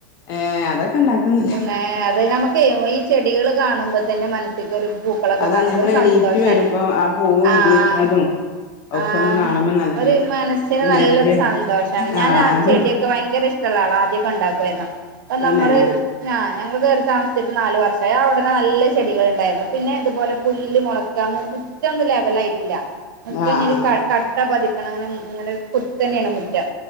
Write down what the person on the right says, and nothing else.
ഏഹ് അത് നമുക്ക് ഈ ചെടികൾ കാണുമ്പോ തന്നെ മനസ്സിക്കൊരു പൂക്കളൊക്കെ
കാണുമ്പ
ഒരു സന്തോഷണ്
ആഹ്
ആഹ്
ഒരു മനസ്സിന്
നല്ലൊരു സന്തോഷണ്
ഞാൻ ആഹ്
ചെടിയൊക്കെ ഭയങ്കര ഇഷ് ഷ്ടള്ള ആളാ ആദ്യമൊക്കെ ഉണ്ടാക്കുമായിരുന്നു അപ്പം
നമ്മൾ ആഹ് ഞങ്ങൾ കയറി താമസിച്ചിട്ട് നാല് വർഷമായി ആഹ് ഉടനെ നല്ല ചെടികൾ ഉണ്ടായിരുന്നു പിന്നെ ഇതുപോലെ പുല്ല് മുളക് മുറ്റൊന്ന് ലെവലായിട്ടില്ല മുറ്റഞ്ഞി
കട്ട പതിക്കാണെങ്ങനെ ങ്ങനെ കുത്തനെ എണ് മുറ്റം